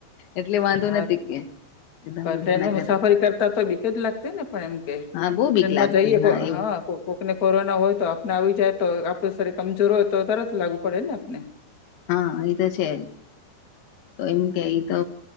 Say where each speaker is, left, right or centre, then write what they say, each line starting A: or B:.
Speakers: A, on the left; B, on the left.
A: એટલે વાંધો
B: હા
A: નથી કે એકદમ
B: પણ ટ્રેનમાં
A: ના
B: મુસાફરી કરતા તો બીક જ લાગતી ને પણ એમ
A: હા બહુ
B: ટ્રેનમાં
A: બીક લાગતી
B: જઈએ
A: એ
B: હા કોકને કોરોના હોય તો આપને આવી જાય તો આપડું શરીર કમજોર હોય, તો તરત લાગુ પડે આપને ને
A: હા એ તો છેજ, તો એમ કે ઈ તો